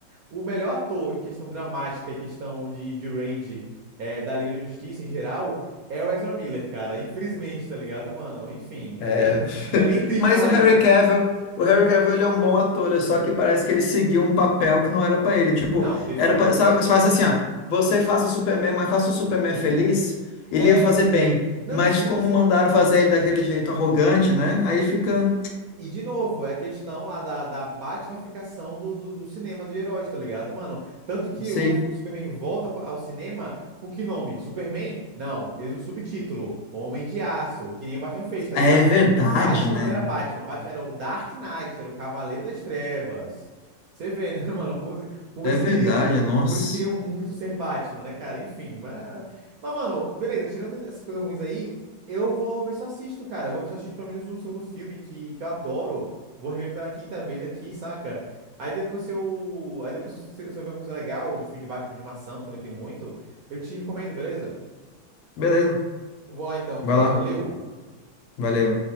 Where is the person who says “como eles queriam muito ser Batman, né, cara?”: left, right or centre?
Right